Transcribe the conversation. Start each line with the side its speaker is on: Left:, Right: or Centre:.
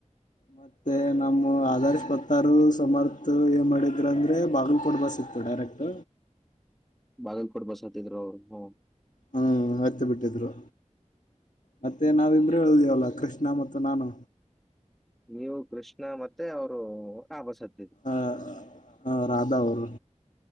Left: ಮತ್ತುತ್ತ ನಮ್ಮ ಆದರ್ಶ ಪತ್ತರು ಸಮರ್ಥ ಏನು ಮಾಡಿದ್ರ ಅಂದ್ರರೆ ಬಾಗಲಕೋಟೆ ಬಸ್ ಇತ್ತು ಡೈರೆಕ್ಟ್
Centre: ಬಾಗಲ್ಕೋಡ್ ಬಸಾತಿದ್ರು ಅವ್ರು ಹ್ಮ್
Left: ಹ್ಮ್ ಹ್ತ ಬಿಟ್ಟಿದ್ರು. ಮತ್ತೆ ನಾವಿಮ್ರ ಹೇಳ್ದವಲ್ಲ ಕೃಷ್ಣ ಮತ್ತು ನಾನು
Centre: ನೀವು ಕೃಷ್ಣ ಮತ್ತೆ ಅವರು ಆಭ ಸತ್ತ
Left: ಹ ಹ ರಾಧಾ ಅವರು